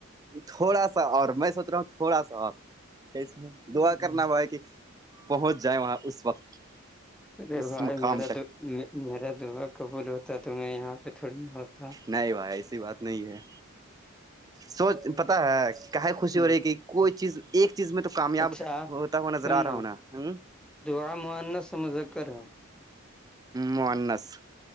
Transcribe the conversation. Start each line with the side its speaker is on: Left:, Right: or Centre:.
Right: تھوڑا سا اور میں سوچھ رہا ہوں تھوڑا سا اور کیسے
Centre: ہوں
Right: دعا کرنا ہوا ہے کہ پہنچ جائے وہاں اس وقت
Centre: ارے
Right: اس
Centre: بھائی
Right: مقام
Centre: میرا
Right: تک
Centre: میرا دعا قبول ہوتا تو میں یہاں پہ تھوڑی نہ ہوتا
Right: نہیں بھائی ایسی بات نہیں ہے سوچھ پتا ہے کہے خوشی
Centre: ہ
Right: ہو رہی کہ کوئی چیز ایک چیز میں تو کامیاب
Centre: اچھا
Right: ہوتا ہوا نظر
Centre: سننا
Right: آ رہا ہو نا ہ
Centre: دعا معاننا سمجھ کر ہ <inaudible>
Right: مانس